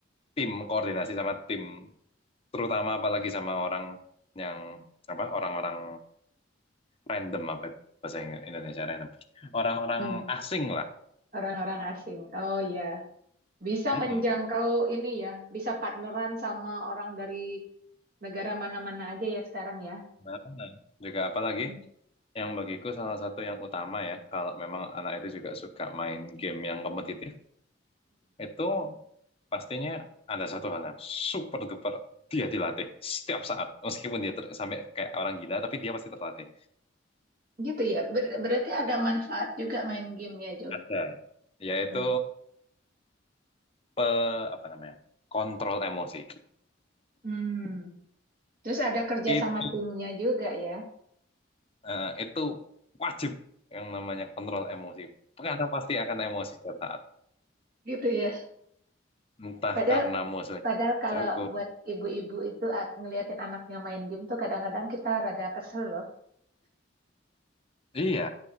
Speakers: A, on the left; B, on the right.
A: tim koordinasi sama tim terutama apalagi sama orang yang apa orang-orang random apa itu bahasa Ing- Indonesia random orang-orang
B: Hmm.
A: asing lah
B: Orang-orang asing. Oh iya. Bisa
A: Mm-mm.
B: menjangkau ini ya, bisa partneran sama orang dari negara mana-mana aja ya sekarang ya.
A: Apa namanya? juga apalagi
B: Mm-mm.
A: yang bagiku salah satu yang utama ya kalau memang anak itu juga suka main game yang kompetitif itu Pastinya ada satu hal yang super duper dia dilatih setiap saat. Meskipun dia ter- sampai kayak orang gila, tapi dia pasti terlatih.
B: Gitu ya. Ber- berarti ada manfaat juga main gamenya Jo.
A: Ada, yaitu
B: Mm.
A: eh, apa namanya? Kontrol emosi.
B: Hmm. Terus ada kerja
A: Itu
B: sama timnya juga ya.
A: eh, itu wajib yang namanya kontrol emosi. Karena pasti akan emosi setiap saat.
B: Gitu ya.
A: Entah
B: Padahal
A: karena musuhnya
B: padahal kalau
A: jago.
B: buat ibu-ibu itu a- ngeliatin anaknya main game tuh kadang-kadang kita rada kesel loh.
A: Iya,